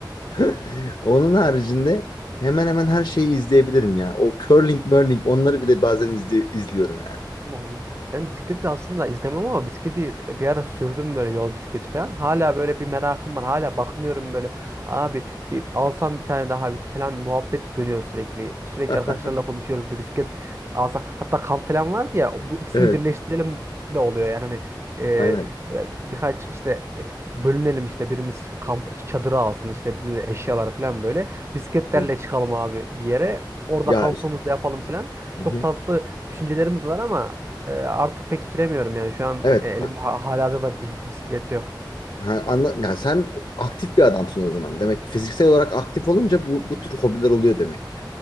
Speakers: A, on the left; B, on the right.
A: <laughs> Onun haricinde hemen hemen her şeyi izleyebilirim ya. O curling, murling onları bile bazen izli- izliyorum yani.
B: Allah Allah. Ben bisikleti aslında izlemem ama bisikleti e, bir ara sürdüm böyle yol bisikleti falan. Hala böyle bir merakım var. Hala bakınıyorum böyle abi bir alsam bir tane daha bir- falan muhabbet dönüyor sürekli. Sürekli
A: <laughs>
B: arkadaşlarla konuşuyoruz bir bisiklet alsak. Hatta kamp falan vardı ya bu ikisini
A: Evet,
B: birleştirelim de oluyor yani hani e,
A: aynen.
B: böyle birkaç işte e, bölünelim işte birimiz kamp çadırı alsın işte bir eşyaları falan böyle bisikletlerle
A: Evet.
B: çıkalım abi bir yere orada
A: Ya
B: kampımızı
A: işte.
B: yapalım falan çok
A: Hı hı.
B: tatlı düşüncelerimiz var ama e, artık pek süremiyorum yani şu an
A: Evet,
B: e, elimde
A: bak
B: ha- halihazırda bir bisiklet yok.
A: Ha, anla, yani sen aktif bir adamsın o zaman. Demek ki fiziksel olarak aktif olunca bu, bu tür hobiler oluyor demek ki.